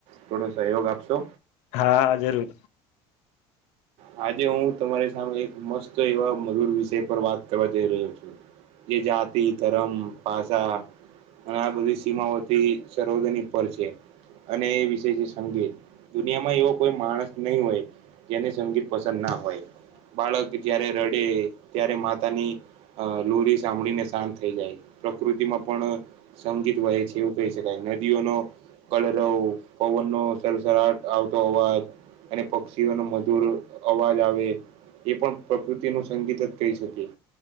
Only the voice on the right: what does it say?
થોડો સહયોગ આપશો.
આજે હું તમારી સામે એક મસ્ત એવા મધુર વિષય પર વાત કરવાં જઈ રહ્યો છું. જે જાતિ ધરમ ભાષા અને આ બધી સીમાઓથી, સર્વજની પર છે અને એ વિષેઅ સંગીત દુનિયામાં એવો કોઈ માણસ નહીં હોય જેને સંગીત પસંદ ના હોય બાળક જય્યારે રડે ત્યારે માતાની અ લોરી સાંભળીને શાંત થઈ જાય પ્રકૃતિમાં પણ સંગીત વહે છેવુ કહી શકાય નદીઓનો કળલોવ પવનનો સરસરાટ આવતો અવાજ અને પક્ષીઓનો મધુર અવાજ આવે એ પણ પ્રકૃતિ ન સંગીત જ કહી શકીએ